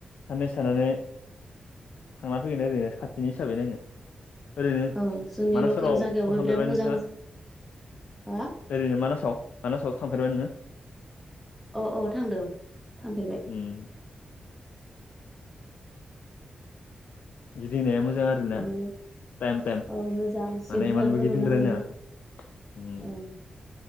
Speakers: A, on the left; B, in the centre.
A: मैसानानै थांना फैगोन ओरैनो खाथिनि हिसाबै नायनो ओरैनो
B: औ जोंनि
A: मानस
B: लकेल
A: फोराव
B: जायगायावबो
A: थांफेरबाय
B: बिराद मोजां
A: नोंथाङा
B: हा
A: ओरैनो मानास मानासावसो थांफेरबाय नोङो
B: औ औ थांदों थांफेरबाय
A: उम गिदिंनाया मोजां आरोना
B: नो
A: टाइम टाइम
B: मोजां जिब
A: माने
B: जुनारफोर
A: इमानबो गिदिंद्रायनाङा
B: नुना मोनो औ
A: उम